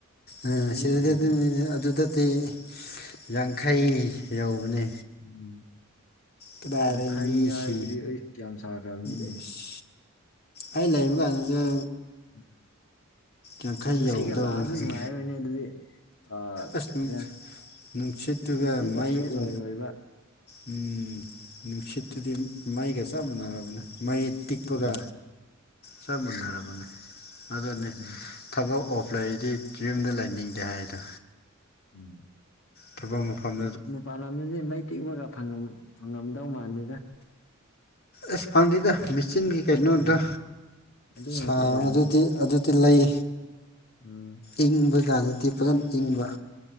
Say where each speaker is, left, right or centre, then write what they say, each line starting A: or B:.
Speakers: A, on the left; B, on the left.
A: ꯑ
B: ꯑꯗꯨꯗꯒꯤ
A: ꯁꯤꯗꯗꯤ
B: ꯍꯦꯜꯂꯦ
A: ꯑꯗꯨꯅꯤꯗ ꯑꯗꯨꯗꯗꯤ ꯌꯥꯡꯈꯩ ꯌꯧꯕꯅꯦ
B: ꯎꯝ
A: ꯀꯗꯥꯏꯗꯒꯤ
B: ꯌꯥꯡꯈꯩ
A: ꯃꯤ
B: ꯍꯥꯏꯁꯤꯗꯤ
A: ꯁꯤ
B: ꯑꯩ ꯌꯥꯝ ꯁꯥꯈ꯭ꯔꯕꯅꯤꯅꯦ
A: ꯑꯁ ꯑꯩ ꯂꯩꯕ ꯀꯥꯟꯗꯨꯗ
B: ꯎꯝ
A: ꯌꯥꯡꯈꯩ
B: ꯅꯨꯡꯁꯤꯒ
A: ꯌꯧꯗꯧꯕꯅꯤ
B: ꯂꯥꯛꯑꯁꯨ ꯅꯨꯡꯉꯥꯏꯔꯣꯏꯅꯦ ꯑꯗꯨꯗꯤ ꯑ
A: ꯑꯁ
B: ꯁꯦ
A: ꯅꯨꯡꯁꯤꯠꯇꯨꯒ
B: ꯅꯨꯡꯇꯤ ꯀ
A: ꯃꯩ
B: ꯐ꯭ꯔꯦꯁ
A: ꯎ
B: ꯑꯣꯏꯔꯣꯏꯕ
A: ꯎꯝ ꯅꯨꯡꯁꯤꯠꯇꯨꯗꯤ ꯃꯩꯒ ꯆꯞ ꯃꯥꯟꯅꯔꯕꯅꯦ ꯃꯩ ꯇꯤꯛꯄꯒ
B: ꯎꯝ
A: ꯆꯞ ꯃꯥꯟꯅꯔꯕꯅꯦ ꯑꯗꯨꯅꯦ
B: ꯎꯝ
A: ꯊꯕꯛ ꯑꯣꯐ ꯂꯩꯗꯤ ꯌꯨꯝꯗ ꯂꯩꯅꯤꯡꯗꯦ ꯍꯥꯏꯗꯣ
B: ꯎꯝ
A: ꯊꯕꯛ ꯃꯐꯝ
B: ꯃꯄꯥꯟ ꯂꯝꯗꯗꯤ ꯃꯩ ꯇꯤꯛꯄꯒ ꯐꯪꯉꯝ ꯐꯪꯉꯝꯗꯧ ꯃꯥꯟꯗꯦꯗ
A: ꯏꯁ ꯐꯪꯗꯦꯗ ꯃꯦꯆꯤꯟꯒꯤ ꯀꯩꯅꯣꯗꯣ
B: ꯎꯝ ꯑꯗꯨ
A: ꯁꯥ
B: ꯉꯥꯛꯇ ꯑꯣꯏꯔꯝꯅꯤ
A: ꯑꯗꯨꯗꯤ ꯑꯗꯨꯗꯤ ꯂꯩ
B: ꯎꯝ
A: ꯏꯪꯕ ꯀꯥꯟꯗꯗꯤ ꯐꯖꯟ ꯏꯪꯕ